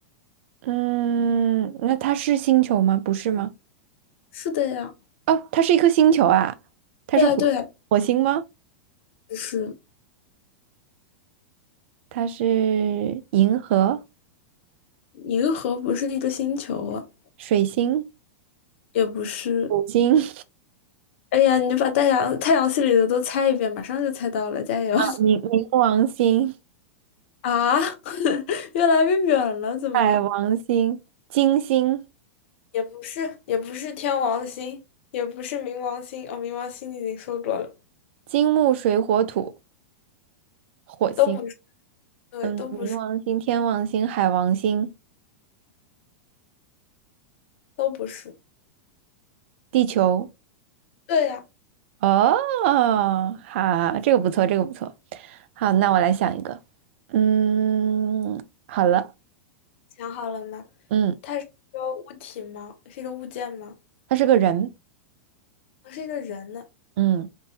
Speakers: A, on the right (about 55°); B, on the left (about 60°).
A: 嗯，那它是星球吗？不是吗？
B: 是的呀，
A: 哦，它是一颗星球啊，它是火火星吗？
B: 对呀，对呀，就是
A: 它是银河、
B: 银河不是一个星球了，
A: 水星。
B: 也不是。
A: 土星
B: 哎呀，你就把太阳太阳系里的都猜一遍，马上就猜到了，加油！
A: 啊 <laughs>，冥冥王星、
B: 啊，<laughs> 越来越远了，怎么？
A: 海王星、金星、
B: 也不是，也不是天王星，也不是冥王星。哦，冥王星你已经说过了，
A: 金木水火土、火星，
B: 都不是，对，
A: 嗯，
B: 都不是，
A: 冥王星、天王星、海王星、
B: 都不是。
A: 地球。
B: 对呀，
A: 哦，好，这个不错，这个不错。好，那我来想一个。嗯，好了，
B: 想好了吗？
A: 嗯，
B: 它是一个物体吗？是一个物件吗？
A: 他是个人，
B: 他是一个人呢，
A: 嗯，